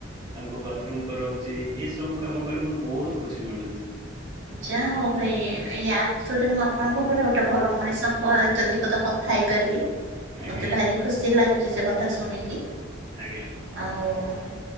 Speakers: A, on the right (about 25°); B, on the right (about 75°).
A: ତାଙ୍କୁ ବାଥରୁମ କରାଉଛି ଏ ସବୁ କାମ କରି ମତେ ବହୁତ ଖୁସି ମିଳୁଛି
B: ଯାହା ହଉ ଭାଇ ଏଇ ଆପଥରେ ମୁଁ ଆପଣଙ୍କ କ ଗୋଟେ ଭଲ ମଣିଷଙ୍କ ଇତଧିପଦ କଥା ହେଇପାରିଲି
A: ଆଜ୍ଞା
B: ମୋତେ
A: ଆଜ୍ଞା।
B: ଭାରି ଖୁସି ଲାଗୁଛି ସେ କଥା ଶୁଣିକି
A: ଆଜ୍ଞା
B: ଆଉ